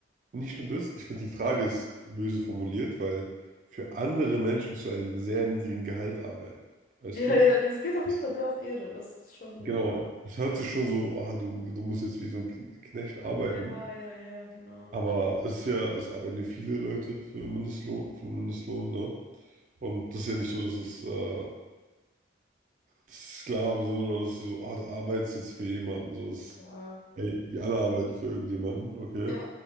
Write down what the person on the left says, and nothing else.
Ja,
ja, das geht auf
jeden Fall sehr auf Ehre. Das ist schon
so.
Ja, ja, ja, genau.
Ja.
Ja.